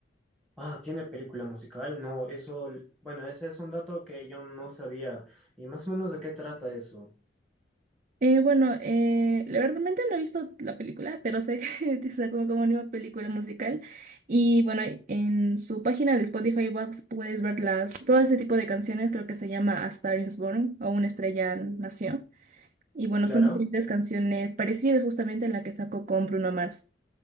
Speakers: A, in the centre; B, on the right (about 45°).
A: Ah, tiene película musical. No, eso, bueno, ese es un dato que yo no sabía. Y más o menos de qué trata eso.
B: Eh, bueno, eh, la verdad realmente no he visto la película, pero sé que <laughs> sacó como nueva película musical. Y bueno, en su página de Spotify vas- puedes ver las, todo ese tipo de canciones, creo que se llama A Star is Born o Una estrella nació.
A: Mm,
B: Y bueno,
A: Claro.
B: son diferentes canciones parecidas justamente a la que sacó con Bruno Mars.